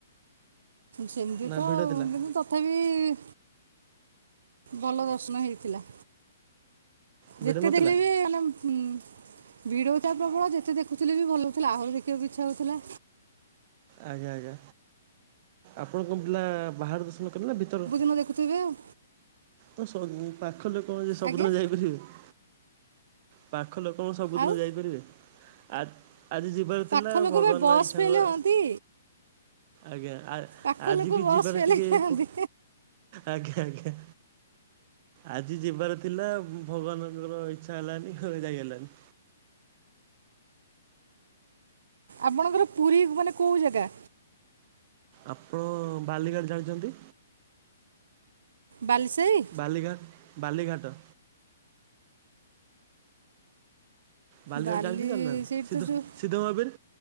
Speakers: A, on the right; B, on the right.
A: ସେମ୍ତି
B: ନା
A: ତ
B: ଭିଡ଼ ଥିଲା?
A: କିନ୍ତୁ ତ ଥାପି ଭଲ ଦର୍ଶନ ହେଇଥିଲା।
B: ଭିଡ଼
A: ଯେତେ
B: ନଥିଲା
A: ଦେଲେ ବି ମାନେ ହୁଁ ଭିଡ଼ ହୋଉଥାଏ ପ୍ରବଳ ଯେତେ ଦେଖୁଥିଲେ ବି ଭଲ ହୋଉଥୁଲା ଆହୁରି ଦେଖିବାକୁ ଇଚ୍ଛା ହଉଥୁଲା।
B: ଆଜ୍ଞା ଆଜ୍ଞା ଆପଣଙ୍କ ପିଲା ବାହାର ଦର୍ଶନ କରିଲେ ନା ଭିତର
A: ଅଁ ଦେଖୁଥିବେ ଆଉ।
B: ତ ସ ପାଖ ଲୋକ ସବୁଦିନ
A: ଆଜ୍ଞା
B: ଯାଇପାରିବେ। ପାଖ ଲୋକ କଁ ସବୁଦିନ
A: ଆଉ
B: ଯାଇପାରିବେ ଆ ଆଜି ଯି ବାର
A: ପାଖ
B: ଥିଲା
A: ଲୋକ
B: ଭଗବାନ
A: ବା ବସ୍
B: ଇଛାଙ୍କ
A: ଫେଲ୍ ହୁଅନ୍ତି
B: ଆଜ୍ଞା ଆ
A: ପାଖ
B: ଆଜି
A: ଲୋକ
B: ବି
A: ବସ୍
B: ଯିବାର
A: ଫେଲ୍
B: ଟିକେ
A: ହେଇଥାନ୍ତି
B: ପୁ, ଆଜ୍ଞା ଆଜ୍ଞା। ଆଜି ଯିବାର ଥିଲା ଭଗବାନଙ୍କର ଇଛା ହେଲାନି ଆଉ ଯାଇ ହେଲାନି।
A: ଆପଣଙ୍କର ପୁରୀ ମାନେ କୋଉ ଜାଗା?
B: ଆପଣ ବାଲିଗଡି ଜାଣିଚନ୍ତି।
A: ବାଲିସାଇ।
B: ବାଲିଘା ବାଲିଘାଟ। ବାଲିଗଡ଼ି
A: ବାଲି
B: ଚାଲିଚନ୍ତି ଜାଣିନାହାନ୍ତି
A: ସେଇଠି
B: ସିଧ
A: ତ ଯେଉଁ
B: ସିଧ ମହାବିର୍